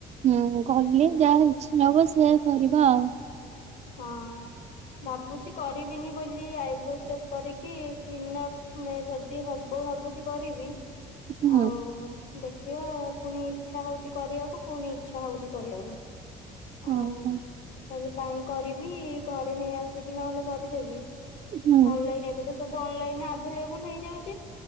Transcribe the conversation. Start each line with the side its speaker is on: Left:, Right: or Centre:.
Right: ହୁଁ ଗଲେ ଯାହା ଇଚ୍ଛା ହବ ସେୟା କରିବା ଆଉ।
Left: ହଁ। ଭାବୁଛି କରିବିନି ବୋଲି ଆଇବ୍ରୋ ସେପ କରିକି କ୍ଲିନଅପ ଯଦି ହବ ଭାବୁଛି କରିବି।
Right: ହୁଁ।
Left: ଆଉ ଦେଖିବା ପୁଣି ଇଚ୍ଛା ହଉଛି କରିବାକୁ ପୁଣି ଇଚ୍ଛା ହଉନି କରିବାକୁ। ହଉ
Right: ଓହୋ
Left: କାଲି କାହିଁ କରିବି ଘରେ ନେଇ ଆସିକି ନହେଲେ କରିଦେବି।
Right: ହୁଁ
Left: ଅନଲାଇନ ଏବେ ତ ସବୁ ଅନଲାଇନ ଆଭେଲେବୁଲ ହେଇଯାଉଛି।